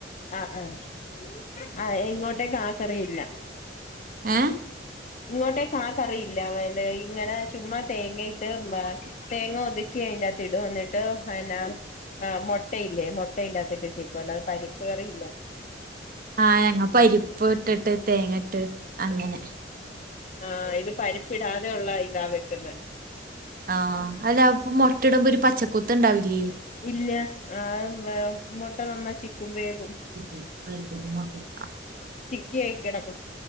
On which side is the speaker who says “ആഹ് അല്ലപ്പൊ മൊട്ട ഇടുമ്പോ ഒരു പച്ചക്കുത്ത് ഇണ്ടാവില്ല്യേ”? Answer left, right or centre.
Right